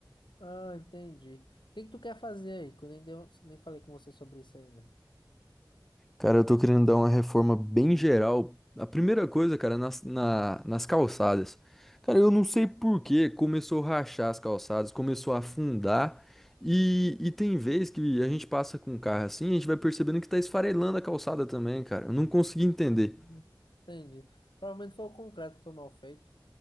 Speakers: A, on the left; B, in the centre.
A: Ah, entendi. O que que tu quer fazer aí? Que eu nem, deu- nem falei com você sobre isso ainda.
B: Cara, eu tô querendo dar uma reforma bem geral. A primeira coisa, cara, nas, na- nas calçadas. Cara, eu não sei por que começou a rachar as calçadas, começou a afundar. E, e tem vez que a gente passa com o carro assim, a gente vai percebendo que tá esfarelando a calçada também, cara. Eu não consegui entender.
A: Hum. Entendi. Provavelmente foi o concreto que foi mal feito.